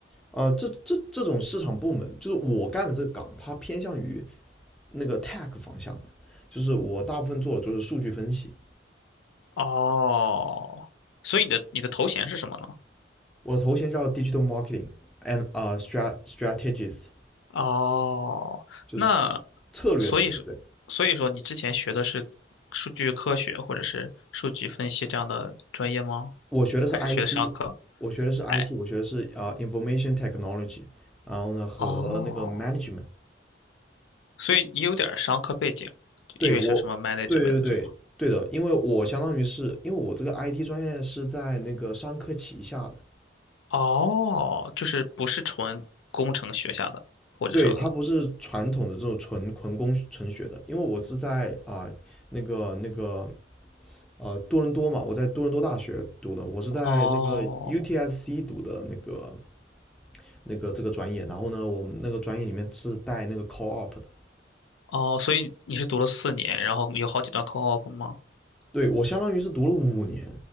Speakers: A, in the centre; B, on the left.
A: 啊、这这这种市场部门，就是我干的这个岗，它偏向于那个 tech 方向的，就是我大部分做的就是数据分析，
B: 哦，所以你的你的头衔是什么呢？
A: 我的头衔叫 digital marketing and 啊、s t r a strategist，
B: 哦，
A: 就是
B: 那
A: 策略师。
B: 所以说，
A: 对，
B: 所以说你之前学的是数据科学或者是数据分析这样的专业吗？
A: 我学的是
B: 还是学的商科？
A: IT，我学的是
B: 哎，
A: IT，我学的是啊、呃 Information Technology，然后呢和那个
B: 哦，
A: Management。
B: 所以你有点儿商科背景，
A: 对我，
B: 因为是什么 management
A: 对对对对的，
B: 的什么？
A: 因为我相当于是因为我这个 IT 专业是在那个商科旗下的，
B: 哦，就是不是纯工程学下的，或者说，
A: 对，它不是传统的这种纯纯工纯学的，因为我是在啊、那个那个呃多伦多嘛，我在多伦多大学读的，我是在那个
B: 哦
A: UTSC 读的那个那个这个专业，然后呢，我们那个专业里面是带那个 co-op 的。
B: 哦，所以你是读了四年，然后有好几段 co-op 吗？
A: 对，我相当于是读了五年，